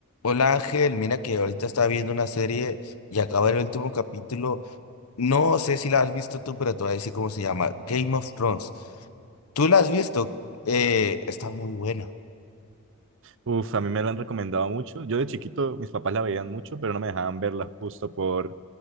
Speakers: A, on the left; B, on the right.
A: Hola Ángel, mira que ahorita estaba viendo una serie y acaba el último capítulo. No sé si la has visto tú, pero te voy a decir cómo se llama. Game of Thrones. ¿Tú la has visto? Eh, está muy buena.
B: Uf, a mí me la han recomendado mucho. Yo de chiquito, mis papás la veían mucho, pero no me dejaban verla justo por,